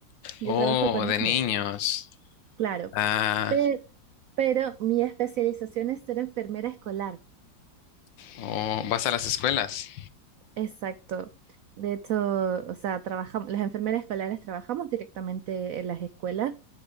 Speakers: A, on the right; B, on the left.
A: yo
B: Oh,
A: trabajo con
B: de niños.
A: niños, claro,
B: Ah,
A: pe- pero, mi especialización es ser enfermera escolar,
B: oh, vas a las escuelas.
A: exacto. De hecho, o sea, trabajamos, las enfermeras escolares trabajamos directamente en las escuelas